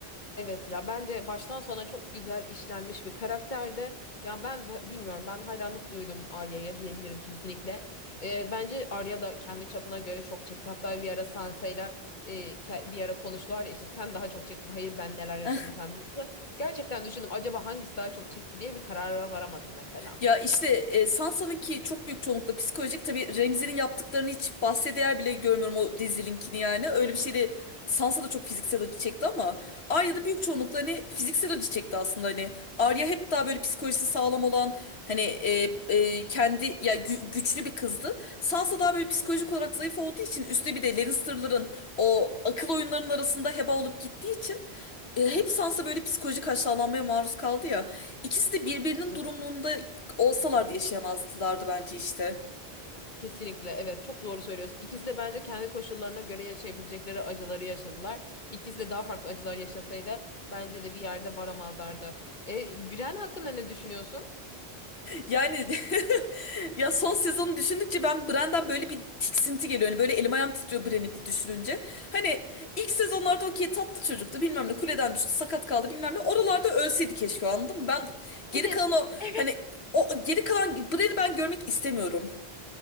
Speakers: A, on the left (about 45°); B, on the left (about 80°).
A: Evet ya bence baştan sona çok güzel işlenmiş bir karakterde. Ya ben b- bilmiyorum ben hayranlık duydum Arya'ya diyebilirim kesinlikle. Ee, bence Arya da kendi çapına göre çok çekti. Hatta bir ara Sansa'yla e, ke- bir ara konuştular ya işte sen daha çok çektin. Hayır ben neler yaşadım
B: <laughs>
A: sen biliyorsun. Gerçekten düşündüm acaba hangisi daha çok çekti diye bir karara varamadım mesela.
B: Ya işte e, Sansa'nınki çok büyük çoğunlukla psikolojik. Tabii Remzi'nin yaptıklarını hiç bahse değer bile görmüyorum o rezilinkini yani. Öyle bir şey Sansa da çok fiziksel acı çekti ama Arya da büyük çoğunlukla hani fiziksel acı çekti aslında hani. Arya hep daha böyle psikolojisi sağlam olan hani e, e, kendi ya gü- güçlü bir kızdı. Sansa daha böyle psikolojik olarak zayıf olduğu için üstüne bir de Lannister'ların o akıl oyunlarının arasında heba olup gittiği için e, hep Sansa böyle psikolojik aşağılanmaya maruz kaldı ya. İkisi de birbirinin
A: Evet.
B: durumunda olsalardı yaşayamazlardı bence işte.
A: Kesinlikle evet çok doğru söylüyorsun. İkisi de bence kendi koşullarına göre yaşayabilecekleri acıları yaşadılar. İkisi de daha farklı acılar yaşasaydı bence de bir yerde varamazlardı. E, Biren hakkında ne düşünüyorsun?
B: Yani <laughs> ya son sezonu düşündükçe ben Bran'dan böyle bir tiksinti geliyor. Hani böyle elim ayağım titriyor Bran'i bir düşününce. Hani ilk sezonlarda okey tatlı çocuktu bilmem ne kuleden düştü sakat kaldı bilmem ne. Oralarda ölseydi keşke o anladın mı? Ben geri
A: Evet.
B: kalan o
A: <laughs>
B: hani o geri kalan Bran'i ben görmek istemiyorum.